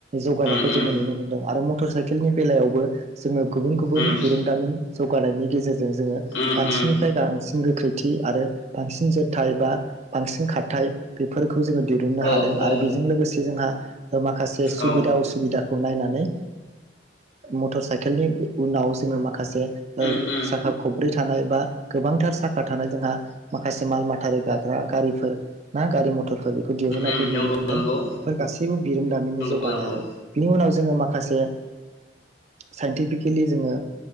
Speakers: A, on the right; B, on the left.
A: जौगानायखौ
B: उम उम
A: जोंङो नुनो मोनदों आरो मटर साइकेलनि बेलायावबो जोंङो गुबुन गुबुन
B: उम
A: बिरोंदामिन जौगानायनि गेजेरजों जोंङो
B: उम
A: बांसिननिफ्राय
B: उम
A: बांसिन गोख्रैथि आरो बांसिन जोरथाय बा बांसिन खार बेफोरखौ खौ जोंङो दिरुननो
B: औ
A: हादों आरो
B: औ
A: बेजों लोगोसे जोंहा माखासे सुबिदा
B: औ
A: असुबिदा नायनानै मर ओ साइकेलनि उनाव जोङो माखासे
B: उम उम
A: साखा खब्रै थानाय बा गोबांथार साखा थानाय जोंहा माखासे माल माथारि रोगाग्रा गारिफोर ना गारि मथर थरफोर बेखौ दिहुननायखौ
B: उम
A: नुनो
B: नंगौ
A: मोन्दों।
B: नंगौ
A: बेफोर गासैबो बिरोंदामिननि
B: नंगौ
A: जौगानाय
B: नंगौ
A: आरो बिनि उनाव जोङो माखासे साइन्टिफिकेलि जोङो